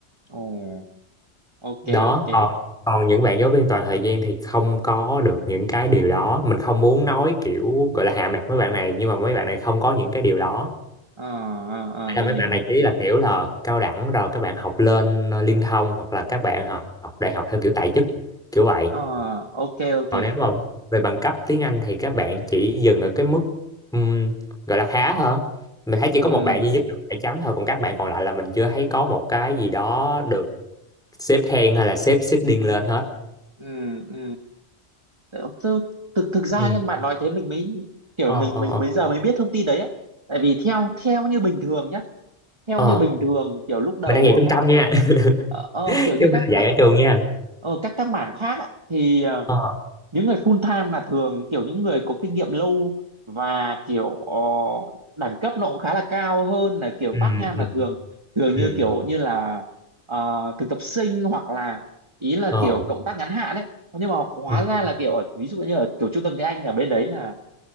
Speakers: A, on the right; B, in the centre.
A: ồ ok
B: đó
A: ok
B: còn còn những bạn giáo viên toàn thời gian thì không có được những cái điều đó mình không muốn nói kiểu gọi là hạ mặt mấy bạn này nhưng mà mấy bạn này không có những cái điều đó
A: ờ ờ, ờ,
B: là
A: mình
B: mấy
A: hiểu
B: bạn
A: mình
B: này
A: hiểu
B: chỉ là kiểu là cao đẳng rồi các bạn học lên ờ, liên thông hoặc là các bạn học, học đại học theo kiểu tại chức kiểu vậy.
A: ờ ok ok
B: Còn nếu mà về bằng cấp tiếng Anh thì các bạn chỉ dừng ở cái mức ừm, gọi là khá hả? Mình thấy chỉ
A: ừ
B: có một bạn duy nhất được 7 chấm thôi còn các bạn còn lại là mình chưa thấy có một cái gì đó được sếp khen hay là sếp seeding lên hết.
A: ừ ừ thực thực thực ra
B: Ừ.
A: nhưng bạn nói thế mình mới kiểu
B: Ờ
A: mình
B: ờ
A: mình
B: ờ.
A: bây giờ mới biết thông tin đấy, ấy. tại vì theo theo như bình thường nhá theo
B: Ờ,
A: như bình thường kiểu lúc đầu
B: mình đang dạy
A: ở
B: trung
A: các
B: tâm nha, <laughs>
A: ờ, ờ, kiểu như
B: chứ không phải
A: các
B: là
A: các
B: dạy ở trường nha.
A: ờ, các các mảng khác ạ, thì ờ,
B: Ờ.
A: những người full time là thường kiểu những người có kinh nghiệm lâu và kiểu ờ, đẳng cấp nó cũng khá là cao hơn là kiểu
B: Ừ
A: part time là
B: ừ
A: thường thường
B: ừ.
A: như kiểu như là ờ, thực tập sinh hoặc là ý là
B: Ờ.
A: kiểu cộng tác ngắn hạn ấy nhưng mà hóa
B: Ừ.
A: ra là kiểu ở ví dụ như ở kiểu trung tâm tiếng Anh ở bên đấy là